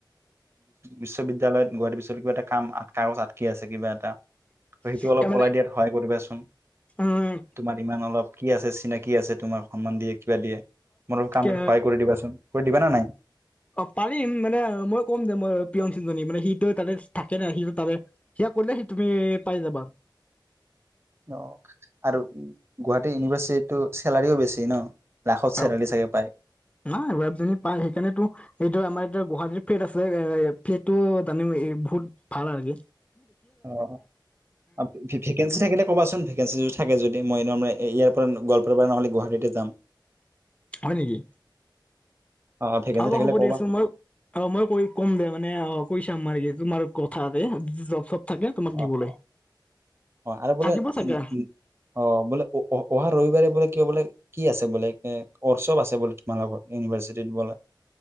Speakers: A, on the right; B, on the left.
A: বিশ্ববিদ্যালয়ত গুৱাহাটি বিশ্ববিদ্যালয়ত কিবা এটা কিবাটা কাম আটকাো আকি আছে কিবাটা এটা, সেইটো
B: এতিয়া
A: অলপ
B: মানে
A: ওলাই দিয়াত সহায় কৰিবাচোন।
B: উম
A: তোমাৰ ইমান অলপ কি আছে চিনাকি আছে তোমাৰ সন্মান দিয়ে কিবা দিয়ে, মই ত কামটোত
B: কে
A: সহায় কৰি দিবাচোন। কৰি দিবা না নাই?
B: অ পাৰিম মানে মই ক'ম যে মই প্ৰিয়সিজনী মানে সিটো তাতে থাকে নাই সিটো তাৰ কৰিলে সি তুমি পাই যাবা।
A: অ', আৰু গুৱাহাটী ইউনিভাৰ্চিটিততটো চেলাৰিও বেছি ন? লাখত চেলাৰি
B: অ
A: চাগে পায়।
B: নাই ব <unintelligible> পাই সেইকাৰণো এইটো আমাৰ এতিয়া গুৱাহাটীৰ ফেট আছে এ ফেটটো জানিম বহুত ভাল আৰুকি
A: অ', ভেকেঞ্চি থাকিলে কবাচোন ভেকেঞ্চি থাকে যদি মই ইয়াৰ পৰা গোৱালপাৰাৰ পৰা নহলে গুৱাহাটীতে যাম।
B: হয় নেকি?
A: অ', ভেকেঞ্চি
B: হ'ব,
A: থাকিলে
B: হ'ব,
A: ক'বা
B: দিয়াচোন মই অ' মই কৰি ক'ম দে মানে অ' কৈছে তোমাৰ ইয়ে তোমাৰ কথাতে জব চব থাকে তোমাক
A: অ',
B: দিবলৈ।
A: অ', অ', আৰু বোলে
B: থাকিব চাগে
A: উ অ', বোলে অ অহা ৰবিবাৰে বোলে কিয় বোলে কি আছে বোলে এ ৱৰ্কশ্বপ আছে বোলে তোমালোকৰ ইউনিভাৰ্চিটিত বোলে।